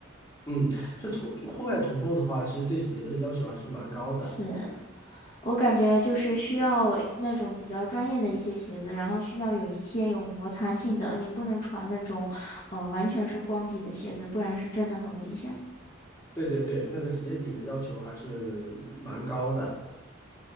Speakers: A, on the left; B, on the left.
A: 嗯，就徒户外徒步的话，其实对鞋子的要求还是蛮高的。
B: 是我感觉就是需要那种比较专业的一些鞋子，然后需要有一些有摩擦性的，你不能穿那种，嗯、完全是光底的鞋子，不然是真的很危险。
A: 对对对，那个鞋底的要求还是蛮高的。